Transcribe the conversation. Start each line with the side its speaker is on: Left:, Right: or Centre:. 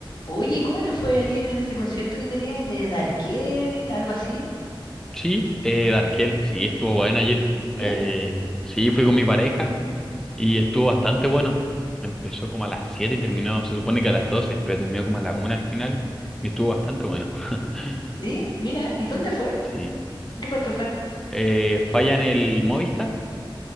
Left: Oye, ¿cómo te fue ayer en ese concierto que tenías de Darkiel, algo así?
Centre: Sí, eh, Darkel, sí, estuvo bueno ayer.
Left: ¿Eh?
Centre: Eh, sí, fui con mi pareja y estuvo bastante bueno. Empezó como a las 7 y terminó, se supone que a las 12, pero terminó como a la una al final y estuvo bastante bueno. <laughs>
Left: ¿Sí? Mira, ¿y dónde fue?
Centre: Sí.
Left: ¿Qué parte fue?
Centre: Eh, falla en el Movistar